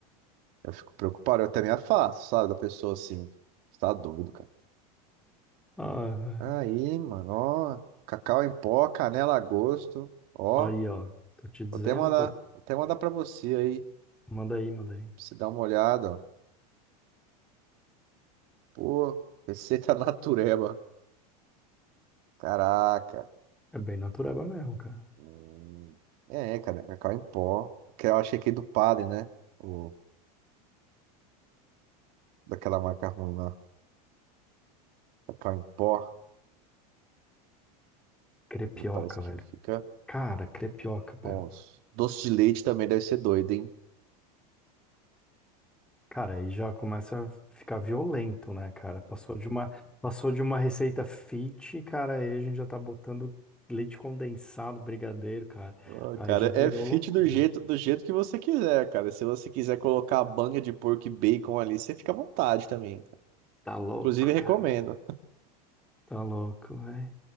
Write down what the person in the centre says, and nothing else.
Ah, velho.
Aí, ó, tô te dizendo,
pô,
manda aí, manda aí.
É bem natureba mesmo, cara.
Crepioca,
velho.
Cara, crepioca, velho.
Cara, aí já começa a ficar violento, né, cara? Passou de uma, passou de uma receita fit, cara, aí a gente já tá botando leite condensado, brigadeiro, cara.
Aí
já virou
loucura.
Tá louco,
cara. Tá louco, velho.